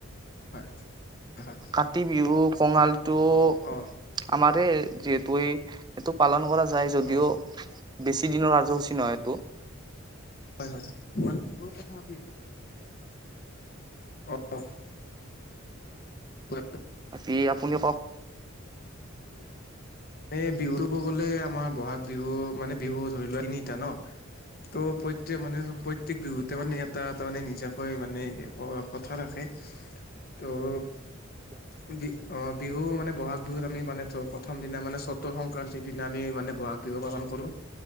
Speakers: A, on the left (about 45°); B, on the right (about 20°).
A: হয়, হয়।
B: কাতি বিহু কঙালীটো-
A: অ
B: আমাৰে যিহেতু এই এইটো পালন কৰা যায় যদিও,
A: অ
B: বেছি দিনৰ আৰ্যসূচী নহয় এইটো।
A: হয় হয়। মানুহ বহুত কথা পাতি আছে। অ-অ। <unintelligible>
B: বাকী আপুনি কওক?
A: এ ধিয়ৰিব গলে আমাৰ বহাগ বিহু মানে বিহু ধৰি লোৱা তিনিটা ন? ত' প্ৰত্যে মানে প্ৰত্যেক বিহুতে মানে এটা এটা মানে নিজাকৈ মানে অ' কথা ৰাখে। ত'
B: ব <inaudible>
A: বি অ বিহু মানে ব'হাগ বিহুত আমি মানে প্ৰথম দিন দিনা মানে চতৰ সংক্ৰান্তিৰ দিনা আমি মানে বহাগ বিহু পালন কৰো।